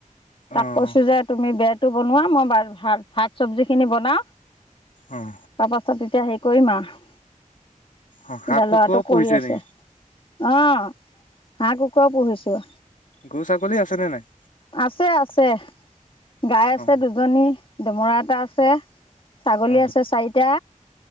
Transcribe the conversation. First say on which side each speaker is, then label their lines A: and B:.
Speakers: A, on the left (about 40°); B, on the left (about 70°).
A: তাক
B: অ',
A: কৈছো যে তুমি বেত টো বনোৱা মই বাজ ভাত ভাত চব্জি খিনি বনাও।
B: অ'।
A: তাৰ পাছত তেতিয়া হেৰি কৰিম আৰু।
B: অ হাঁহ
A: এতিয়া
B: কুকুৰাও
A: ল'ৰাটো
B: পুহিছে
A: কৰি আছে।
B: নেকি
A: অ' হাঁহ, কুকুৰা পুহিছো।
B: গৰু, ছাগলী আছেনে নাই?
A: আছে আছে। গাই আছে
B: অ
A: দুজনী, দমৰা এটা আছে। ছাগলী
B: অ
A: আছে চাৰিটা,